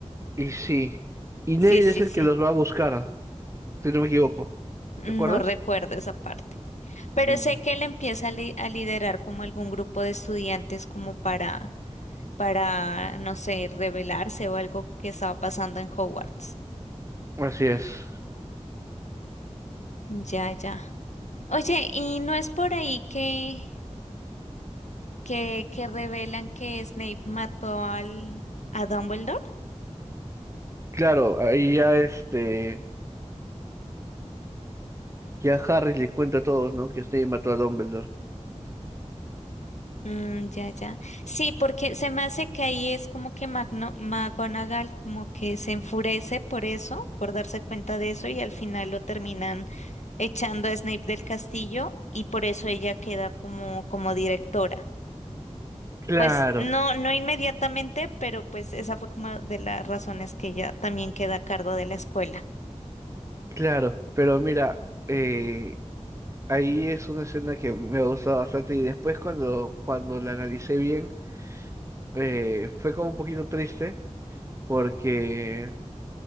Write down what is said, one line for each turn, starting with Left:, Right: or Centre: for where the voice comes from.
Right: Y sí, y
Left: Sí,
Right: Neville
Left: sí,
Right: es el
Left: sí.
Right: que los va a buscar, si no me equivoco.
Left: No
Right: ¿Te acuerdas?
Left: recuerdo esa parte. Pero
Right: Mm,
Left: sé que él empieza a, li- a liderar como algún grupo de estudiantes como para, para, no sé, rebelarse o algo que estaba pasando en Hogwarts.
Right: así es.
Left: Ya, ya. Oye, ¿y no es por ahí que, que, que revelan que Snape mató al, a Dumbledore?
Right: Claro, ahí ya este, ya Harry le cuenta a todos, ¿no? Que Snape mató a Dumbledore.
Left: Mm, ya, ya. Sí, porque se me hace que ahí es como que Magno, McGonagall como que se enfurece por eso, por darse cuenta de eso y al final lo terminan echando a Snape del castillo y por eso ella queda como, como directora.
Right: Claro,
Left: Pues no, no inmediatamente, pero pues esa fue como de las razones que ella también queda a cargo de la escuela.
Right: claro, pero mira, eh, ahí es una escena que me gusta bastante y después cuando, cuando la analicé bien, eh, fue como un poquito triste porque